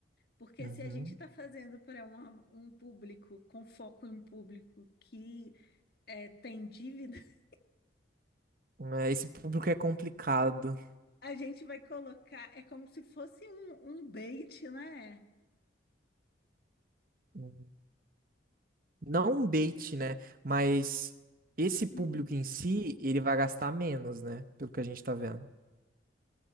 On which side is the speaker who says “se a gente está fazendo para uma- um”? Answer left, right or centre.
Left